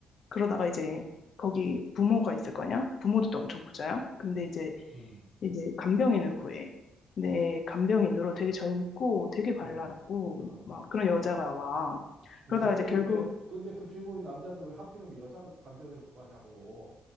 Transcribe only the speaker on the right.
음.
어, 어.
그
왜 하필이,
왜, 하- 근데 그 주인공이 남자인데 왜 하필이면 여자 간병인을 구하냐고.